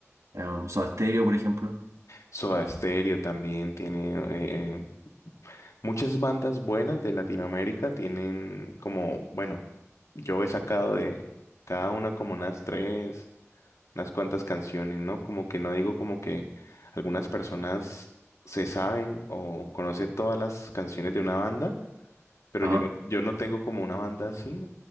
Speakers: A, on the right; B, on the left.
A: em, Soda Stereo, por ejemplo.
B: Soda Stereo también tiene eh, eh, muchas bandas buenas de Latinoamérica, tienen como, bueno, yo he sacado de cada una como unas tres, unas cuantas canciones, ¿no? Como que no digo como que algunas personas se saben o conocen todas las canciones de una banda, pero
A: Ajá.
B: yo no, yo no tengo como una banda así,